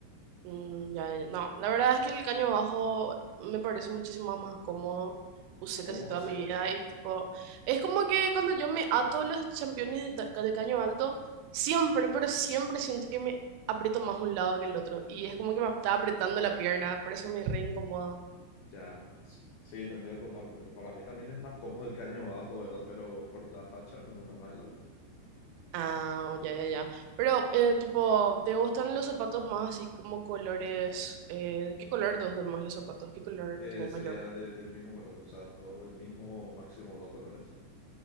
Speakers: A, on the right; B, on the left.
A: Mm, ya, ya. ya. No, la verdad es que el caño bajo me parece muchísimo más cómodo. Usé
B: Cómodo,
A: casi toda
B: sí,
A: mi vida y tipo, es como que cuando yo me ato los championes de, ta- de caño alto, siempre, pero siempre siento que me aprieto más un lado que el otro. Y es como que me está apretando la pierna, por eso me re incomoda.
B: ya, sí, sí, te entiendo totalmente. Para mí también es más cómodo el caño bajo, ¿verdad? Pero por la facha me gusta más el alto.
A: Ah, oh, ya, ya, ya. Pero, eh, tipo, ¿te gustan los zapatos más así como colores? eh, ¿de qué color te gustan más los zapatos? ¿Qué color
B: Eh,
A: tenés
B: sería
A: mayor?
B: de- del mismo color, o sea, todo del mismo o máximo dos colores.